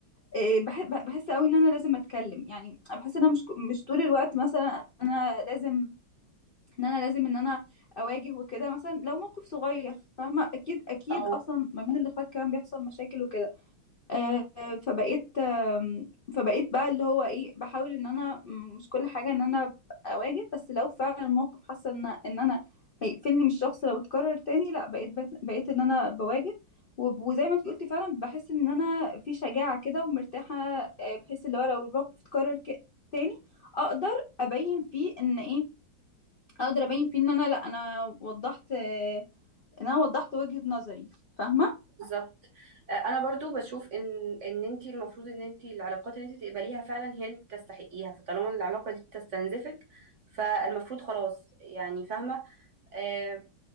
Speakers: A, on the left; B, on the right.
A: إيه، بحب بحس قوي ان انا لازم اتكلم يعني بحس ان انا مش مش طول الوقت مثلا انا لازم ان انا لازم ان انا اواجه وكده مثلا لو موقف صغير فاهمه اكيد اكيد
B: او
A: اصلا ما بين الاخوات كمان بيحصل مشاكل وكده آه، فبقيت آم، فبقيت بقى اللي هو ايه بحاول ان انا م- مش كل حاجه ان انا أبقى اواجه بس لو فعلا الموقف حاسه ان ان انا هيقفلني من الشخص لو اتكرر تاني لا بقيت بت- بقيت ان انا بواجه وب- وزي ما انت قلتي فعلا بحس ان انا في شجاعه كده ومرتاحه آه، بحس اللي هو لو الموقف اتكرر ك- تاني اقدر ابين فيه ان ايه اقدر ابين فيه ان انا لا انا وضحت آه، ان انا وضحت وجهه نظري فاهمه
B: بالظبط آه، انا برضو بشوف ان ان انت المفروض ان انت العلاقات اللي انت تقبليها فعلا هي اللي تستحقيها فطالما العلاقه دي بتستنزفك فالمفروض خلاص يعني فاهمه آه،